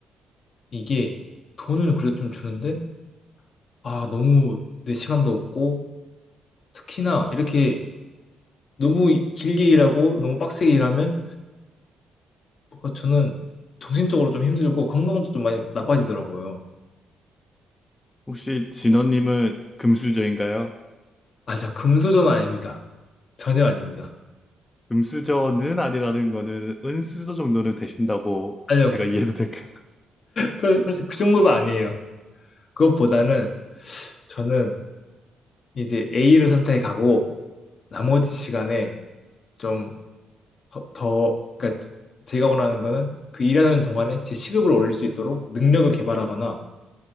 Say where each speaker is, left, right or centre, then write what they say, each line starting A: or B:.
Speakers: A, on the left; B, on the left.
A: 이게 돈은 그래도 좀 주는데 아 너무 내 시간도 없고 특히나 이렇게 너무 길게 일하고 너무 빡세게 일하면 뭔가 저는 정신적으로 좀 힘들고 건강도 좀 많이 나빠지더라고요.
B: 혹시 진원님은 금수저인가요?
A: 아니요, 금수저는 아닙니다. 전혀 아닙니다.
B: 금수저는 아니라는 거는 은수저 정도는 되신다고
A: 아니요,
B: 제가 이해도 될까요? <laughs>
A: 그, 사실 그 정도도 아니에요. 그것보다는 저는 이제 A를 선택하고 나머지 시간에 좀 더, 더- 그러니까 제가 원하는 거는 그 일하는 동안에 제 시급을 올릴 수 있도록 능력을 개발하거나